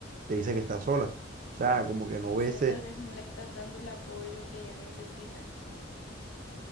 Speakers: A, on the right; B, on the left.
A: te dice que está sola. O sea, como que
B: No
A: no ve
B: sé,
A: ese,
B: tal vez no le estás dando el apoyo que ella necesita.